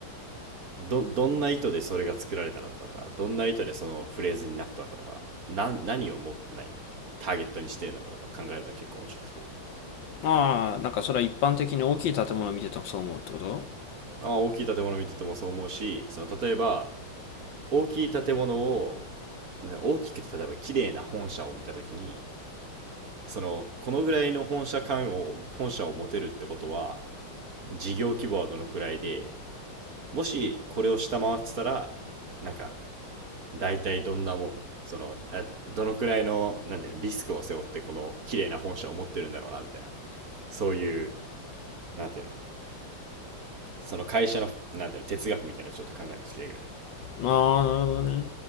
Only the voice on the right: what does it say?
ど、どんな意図でそれが作られたのかとか、どんな意図でそのフレーズになったのかとか、な、何をも、いターゲットにしてるのかとか考えるのが結構面白くて。
あ大きい建物見ててもそう思うし、その、例えば、大きい建物を、ね大きくて例えば綺麗な本社を見たときに、その、このぐらいの本社感を、本社を持てるってことは、事業規模はどのくらいで、もしこれを下回ってたら、なんか、大体どんなもんそのどのくらいのなんていうのリスクを背負ってこの綺麗な本社を持ってるんだろうなみたいなそういうなんていうのその会社のなんていうの哲学みたいなのちょっと考えるの好きだけどね